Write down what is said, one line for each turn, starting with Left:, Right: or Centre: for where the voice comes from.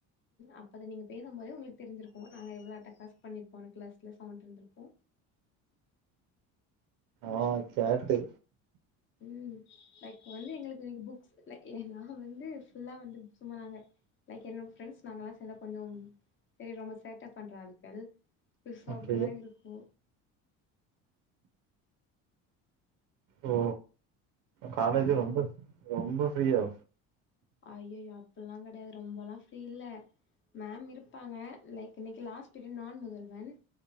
Left: அப்ப நீங்க பேசம் போதே உங்களுக் தெரிஞ்சிருக்கு நாங்க எவ்ளோ அட்டாகாஸ் பண்ணிர்ப்போன்னு கிளாஸ்ல சவுண்ட் இருந்திருக்கு
Right: ஆ கேட்டு
Left: ம் லைக் வந்து எங்களுக்கு புக்ஸ் லைக் நா வந்து ஃபுல்லா வந்து சும்மா நாங்க லைக் என்னோ ஃப்ரெண்ட்ஸ் நாங்க எல்லா சேந்தா கொஞ்சோம் ஏ ரொம்ப சேட்ட பண்ற ஆட்கள் சோ
Right: ஓகே
Left: இப்புடி தா இருக்கு
Right: ஓ காலேஜு
Left: ஆ
Right: ரொம்ப ரொம்ப ஃப்ரீயோ
Left: ஐய்யய்யோ அப்பல்லா கிடையாது ரொம்பல்லா ஃப்ரீ இல்ல மேம் இருப்பாங்க லைக் இன்னைக்கு லாஸ்ட் பிரிட் நான் முதல்வன்